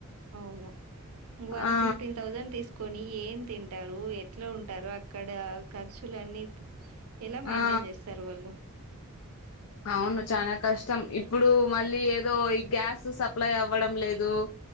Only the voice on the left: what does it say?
ఆ
ఆ
అవును చనా కష్టం ఇప్పుడు మళ్ళీ ఏదో ఈ గ్యాస్ సప్లై అవ్వడం లేదు